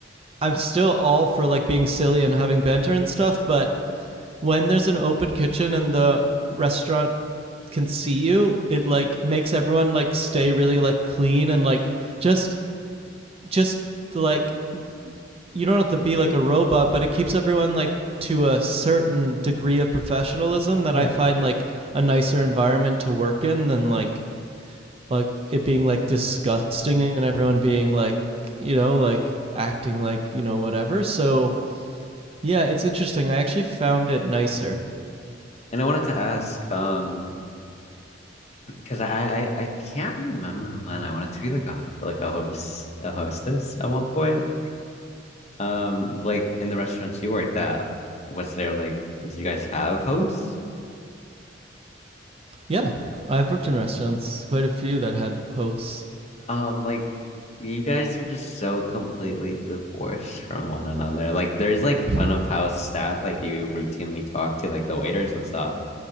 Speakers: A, on the right (about 30°); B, on the left (about 35°).
A: I'm still all for like being silly and having banter and stuff, but when there's an open kitchen and the restaurant can see you, it like makes everyone like stay really like clean and like just just like you don't have to be like a robot, but it keeps everyone like to a certain degree of professionalism that
B: Yeah.
A: I find like a nicer environment to work in than like like it being like disgusting and everyone being like you know like acting like you know whatever. So yeah, it's interesting. I actually found it nicer.
B: And I wanted to ask, um, because I, I I can't remember when I wanted to be like a ho- like a host a hostess at one point. Um, like in the restaurants you worked at, was there like did you guys have hosts?
A: Yeah, I've worked in restaurants, quite a few that had hosts.
B: Um, like you guys are just so completely divorced from one another. Like there's like
A: <laughs>
B: front of house staff like you routinely talk to, like the waiters and stuff.